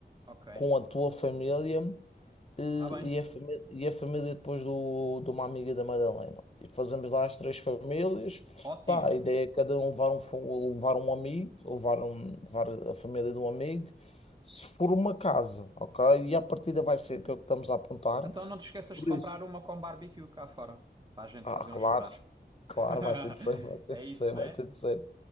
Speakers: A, on the right (about 25°); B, on the left (about 35°).
A: Ok,
B: com a tua família e,
A: tá bem.
B: e a, famí- e a família depois do, de uma amiga da Madalena. E fazemos lá as três famílias.
A: Ótimo.
B: Pá, a ideia é cada um levar um, fa- levar um amigo, levar, um, levar a família de um amigo. Se for uma casa, ok? E a partida vai ser
A: Uhum.
B: que é o que estamos a apontar.
A: Então não te esqueças
B: Por
A: de comprar
B: isso.
A: uma com barbecue cá fora, para a gente
B: Ah,
A: fazer
B: claro,
A: um churrasco.
B: claro,
A: <laughs>
B: vai ter de ser, vai ter
A: É
B: de
A: isso,
B: ser,
A: né?
B: vai ter de ser.